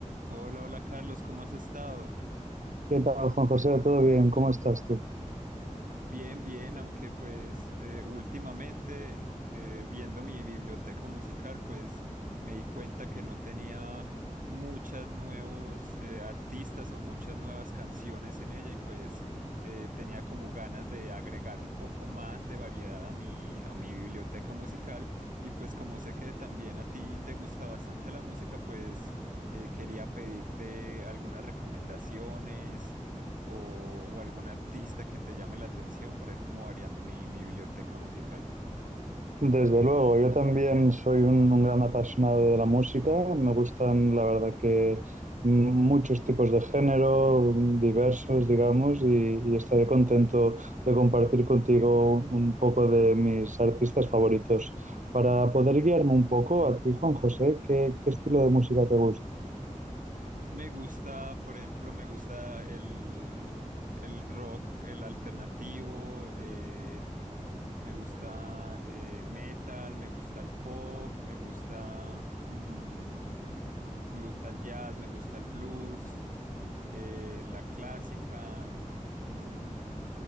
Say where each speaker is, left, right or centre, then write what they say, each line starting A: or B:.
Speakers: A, on the right; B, on the right.
A: Hola, hola Carlos, ¿cómo has estado?
B: ¿Qué tal, Juan José? ¿Todo bien? ¿Cómo estás tú?
A: Bien, bien, aunque pues eh, últimamente eh, viendo mi biblioteca musical, pues me di cuenta que no tenía muchos nuevos eh, artistas o muchas nuevas canciones en ella y pues eh, tenía como ganas de agregar un poco más de variedad a mi, a mi biblioteca musical y pues como sé que también a ti te gusta bastante la música, pues eh, quería pedirte algunas recomendaciones o, o algún artista que te llame la atención para ir como variando mi, mi biblioteca musical.
B: Desde luego, yo también soy un, un gran apasionado de la música. Me gustan, la verdad, que muchos tipos de género, diversos, digamos, y, y estaré contento de compartir contigo un poco de mis artistas favoritos. Para poder guiarme un poco a ti, Juan José, ¿qué, qué estilo de música te gusta?
A: Me gusta, por ejemplo, me gusta el, el rock, el alternativo, eh, me gusta eh, metal, me gusta el pop, me gusta, mm, me gusta el jazz, me gusta el blues, eh, la clásica. mm,